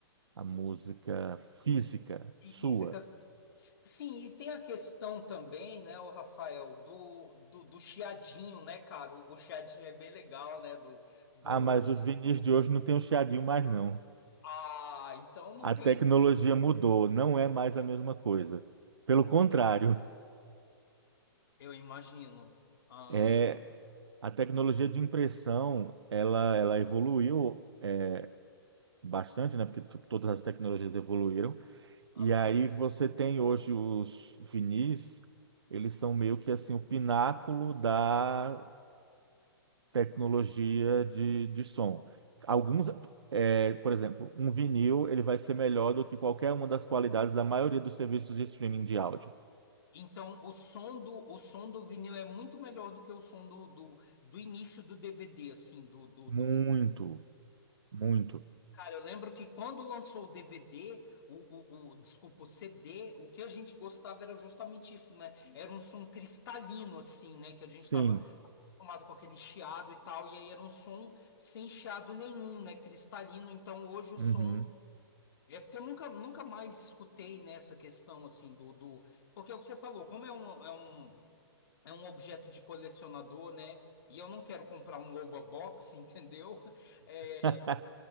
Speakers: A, on the right; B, on the left.
A: a música física sua.
B: Físicas. Sim, e tem a questão também, né, o Rafael, do, do, do chiadinho, né, cara? O, o chiadinho é bem legal, né, do, do...
A: Ah, mas os vinis de hoje não tem o chiadinho mais, não.
B: Ah, então não
A: A
B: tem...
A: tecnologia mudou, não é mais a mesma coisa. Pelo contrário,
B: Eu imagino. Ah,
A: é a tecnologia de impressão, ela, ela evoluiu é, bastante, né? Porque tipo, todas as tecnologias evoluíram.
B: Aham.
A: E aí você tem hoje os vinis, eles são meio que assim o pináculo da tecnologia de, de som. Alguns, é, por exemplo, um vinil ele vai ser melhor do que qualquer uma das qualidades da maioria dos serviços de streaming de áudio.
B: Então, o som do, o som do vinil é muito melhor do que o som do, do, do início do DVD, assim, do, do,
A: Muito,
B: do...
A: muito.
B: Cara, eu lembro que quando lançou o DVD, o, o, o, desculpa, o CD, o que a gente gostava era justamente isso, né? Era um som cristalino, assim, né? Que a gente
A: Sim.
B: estava acostumado com aquele chiado e tal, e aí era um som sem chiado nenhum, né? Cristalino. Então, hoje o
A: Uhum.
B: som do é porque eu nunca, nunca mais escutei nessa questão assim do, do porque é o que você falou, como é um, é um é um objeto de colecionador, né? E eu não quero comprar um Oba Box, <laughs> entendeu? É,
A: <laughs>